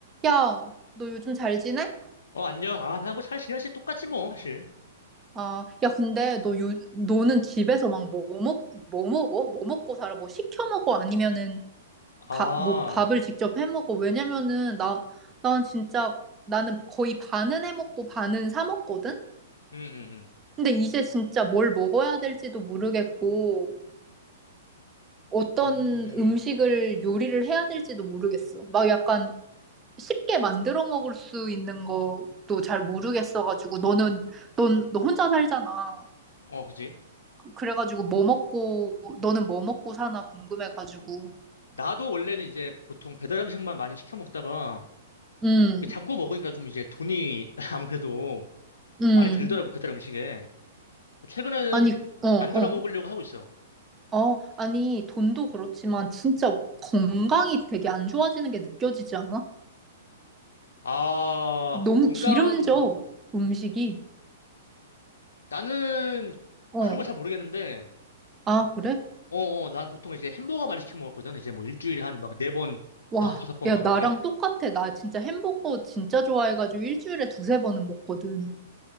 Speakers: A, on the right; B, on the left.
A: 야, 너 요즘 잘 지내?
B: 어, 안녕. 아, 나 뭐 잘 지내지? 똑같지 뭐, 사실.
A: 아, 야, 근데 너 요, 너는 집에서 막 뭐 먹, 뭐 먹어? 뭐 먹고 살아? 뭐 시켜 먹어? 아니면은
B: 아,
A: 밥, 뭐 밥을 직접 해 먹어? 왜냐면은 나, 난 진짜 나는 거의 반은 해 먹고 반은 사 먹거든?
B: 음, 음,
A: 근데 이제 진짜 뭘 먹어야 될지도 모르겠고 어떤
B: 음.
A: 음식을
B: 음,
A: 요리를 해야 될지도 모르겠어. 막 약간 쉽게 만들어 먹을 수 있는 것도 잘 모르겠어가지고 너는, 넌, 너 혼자 살잖아.
B: 어, 그지?
A: 그래가지고 뭐 먹고 너는 뭐 먹고 사나 궁금해가지고
B: 나도 원래는 이제 보통 배달 음식만 많이 시켜 먹다가
A: 음,
B: 이게 자꾸 먹으니까 좀 이제 돈이 <laughs> 아무래도
A: 음.
B: 많이 들더라고, 배달 음식에. 최근에는
A: 아니, 어, 어.
B: 만들어 먹으려고 하고 있어.
A: 어, 아니, 돈도 그렇지만 진짜 건강이 되게 안 좋아지는 게 느껴지지 않아?
B: 아,
A: 너무
B: 건강,
A: 기름져, 음식이.
B: 나는
A: 어.
B: 그런 걸 잘 모르겠는데,
A: 아, 그래?
B: 어, 어, 난 보통 이제 햄버거 많이 시켜 먹었거든. 이제 뭐 일주일에 한 막 네 번,
A: 와,
B: 다- 다섯 번
A: 야,
B: 막 그렇게.
A: 나랑 똑같아. 나 진짜 햄버거 진짜 좋아해가지고 일주일에 두세 번은 먹거든.